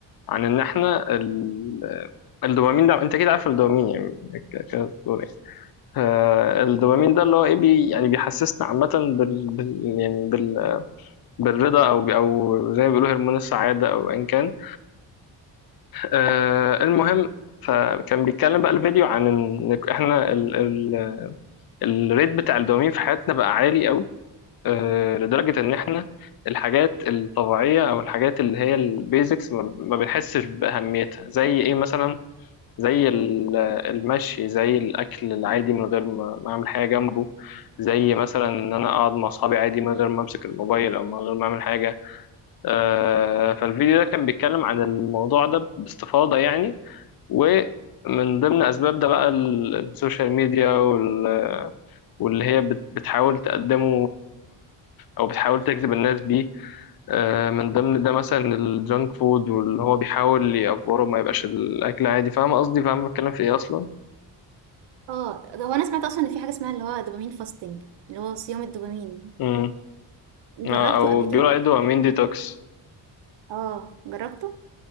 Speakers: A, on the left (about 50°); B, on the right (about 70°).
A: عن ان احنا ال... الدوبامين ده انت كده عارف الدوبامين يعني ك- كده بتقول ايه آه، الدوبامين ده اللي هو ايه بي... يعني بيحسسنا عامة بال... بال... يعني بال... بالرضا او بي- او زي ما بيقولوا هرمون السعادة او ان كان آه، المهم فكان بيتكلم بقى الفيديو عن ان احنا ال ال الريت بتاع الدوبامين في حياتنا بقى عالي قوي آه، لدرجة ان احنا الحاجات الطبيعية او الحاجات اللي هي البيزكس ما ما بنحسش بأهميتها زي ايه مثلا زي ال- المشي زي الاكل العادي من غير ما ما اعمل حاجة جنبه زي مثلا ان انا اقعد مع اصحابي عادي من غير ما امسك الموبايل او من غير ما اعمل حاجة آه، فالفيديو ده كان بيتكلم عن الموضوع ده باستفاضة يعني ومن ضمن أسباب ده بقى ال- السوشيال ميديا وال- واللي هي بت- بتحاول تقدمه أو بتحاول تجذب الناس بيه آه، من ضمن ده مثلا الجانك فود واللي هو بيحاول يأفوره ما يبقاش الأكل عادي فاهم قصدي فاهم بتكلم في إيه أصلا
B: اه ده هو انا سمعت اصلا ان في حاجه اسمها اللي هو دوبامين فاستنج اللي هو صيام الدوبامين
A: مم.
B: جربته
A: آه، أو
B: قبل
A: بيقولوا
B: كده
A: عليه دوبامين ديتوكس
B: اه جربته